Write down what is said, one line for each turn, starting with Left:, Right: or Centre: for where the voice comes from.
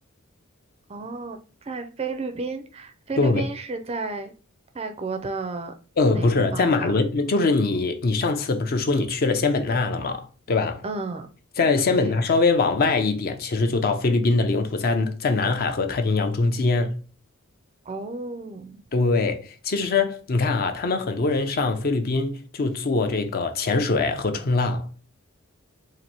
Right: 哦，在菲律宾，菲律宾是在泰国的哪个方向？
Left: 对，呃，不是，在马伦，就是你，你上次不是说你去了仙本那了吗？对吧？
Right: 嗯，
Left: 在仙本那稍微往外一点，
Right: 对，
Left: 其实就到菲律宾的领土，在在南海和太平洋中间。
Right: 哦，
Left: 对，其实你看啊，他们很多人上菲律宾就做这个潜水和冲浪，